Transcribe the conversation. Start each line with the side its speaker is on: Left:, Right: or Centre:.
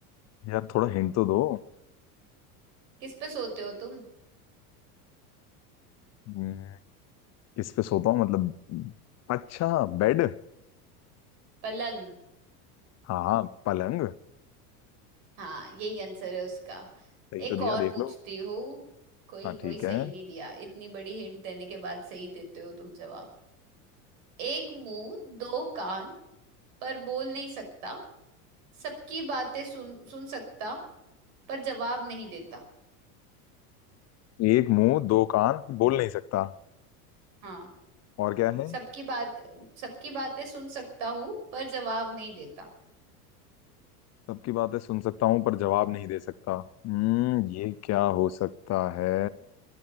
Left: यार थोड़ा हिंट तो दो
Right: किस पे सोते हो तुम
Left: हम्म, किस पे सोता हूँ मतलब अच्छा बेड
Right: पलंग
Left: हाँ पलंग
Right: हाँ यही आंसर है उसका
Left: सही तो
Right: एक
Left: दिया
Right: और
Left: देख
Right: पूछती
Left: लो
Right: हूँ कोई
Left: हाँ ठीक
Right: कोई सही
Left: है
Right: नहीं दिया इतनी बड़ी हिंट देने के बाद सही देते हो तुम जवाब एक मुंह दो कान पर बोल नहीं सकता सबकी बातें सुन सुन सकता पर जवाब नहीं देता
Left: एक मुंह दो कान बोल नहीं सकता
Right: हाँ
Left: और क्या है
Right: सबकी बात सबकी बातें सुन सकता हूँ पर जवाब नहीं देता
Left: सबकी बातें सुन सकता हूँ पर जवाब नहीं दे सकता हम्म ये क्या हो सकता है